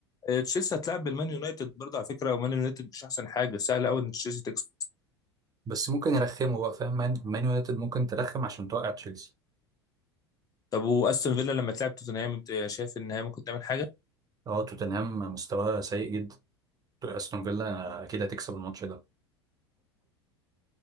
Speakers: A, on the left; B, on the right.
A: تشيلسي هتلعب بالمان يونايتد برضه على فكره ومان يونايتد مش احسن حاجه سهل قوي ان تشيلسي تكسب
B: بس ممكن يرخموا بقى فاهم مان مان يونايتد ممكن ترخم عشان توقع تشيلسي
A: طب واستون فيلا لما تلعب توتنهام انت شايف ان هي ممكن تعمل حاجه
B: اه توتنهام مستواها سيء جدا استون فيلا اكيد هتكسب الماتش ده